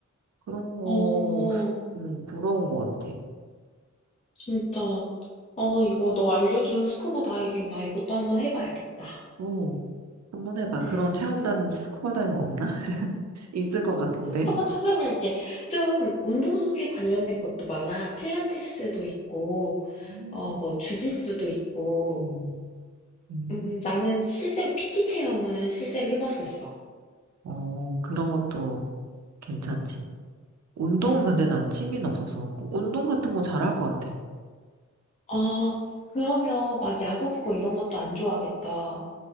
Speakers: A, on the right; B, on the left.
A: 그런 거,
B: 어.
A: 음, 부러운 것 같아.
B: 진짜. 어 이거 너 알려준 스쿠버 다이빙 나 이것도 한번 해 봐야겠다.
A: 어, 한번 해봐.
B: <laughs>
A: 그런 체험단은 스쿠버 다이는 없나? 있을 것 같은데.
B: 한번 찾아볼게. 좀 운동에 관련된 것도 많아. 필라테스도 있고
A: 음,
B: 어 뭐 주짓수도 있고.
A: 음, 음.
B: 음 나는 실제로 PT 체험은 실제로 해 봤었어.
A: 어, 그런 것도 괜찮지. 운동은
B: 음.
A: 근데 난 취미는 없어서. 그 운동 같은 거 잘할 것 같아.
B: 아 그러면 막 야구 보고 이런 것도 안 좋아하겠다.